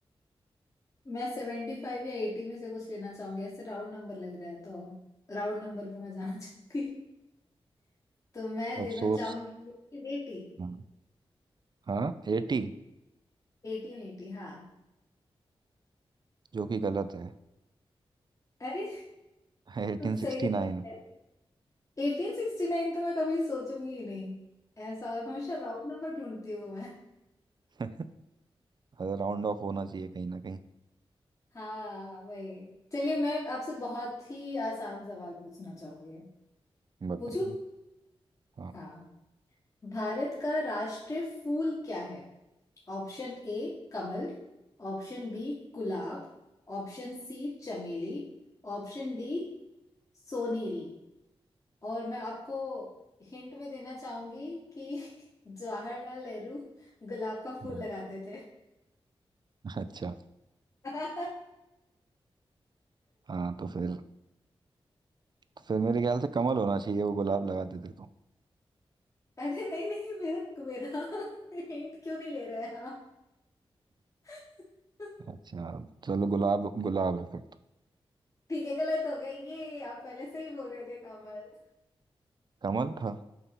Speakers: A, on the left (about 30°); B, on the right (about 50°).
A: मैं सेवेंटी फाइव या एटी में से कुछ लेना चाहूंगी ऐसे राउंड नंबर लग रहा है तो राउंड नंबर पे मैं जाना <laughs> चाहूंगी तो मैं देना
B: अफसोस
A: चाहूंगी एटीन
B: हाँ हाँ 80
A: एटीन एटी हाँ
B: जो कि गलत है
A: अरे
B: Eighteen
A: सही
B: sixty
A: जवाब
B: nine
A: है। एटीन सिक्सटी नाइन तो मैं कभी सोचूंगी ही नहीं ऐसा हमेशा राउंड नंबर ढूंढती हूँ मैं
B: <laughs> Round off होना चाहिए कहीं ना कहीं
A: हाँ भाई चलिए मैं आपसे बहुत ही आसान सवाल पूछना चाहूंगी
B: बताइए
A: पूछू
B: हाँ
A: हाँ भारत का राष्ट्रीय फूल क्या है ऑप्शन ए कमल ऑप्शन बी गुलाब ऑप्शन सी चमेली ऑप्शन डी सोनेरी और मैं आपको हिंट में देना चाहूंगी कि <laughs> जवाहरलाल नेहरू गुलाब का फूल
B: हाँ,
A: लगाते थे
B: अच्छा
A: <laughs>
B: हाँ तो फिर तो फिर मेरे ख्याल से कमल होना चाहिए वो गुलाब लगा देते तो
A: अरे नहीं नहीं मेरा मेरा <laughs> हिंट क्यों नहीं ले रहे आप <laughs>
B: अच्छा चलो गुलाब गुलाब है फिर तो
A: ठीक है गलत हो गया ये आप पहले से ही बोल रहे थे कमल
B: कमल था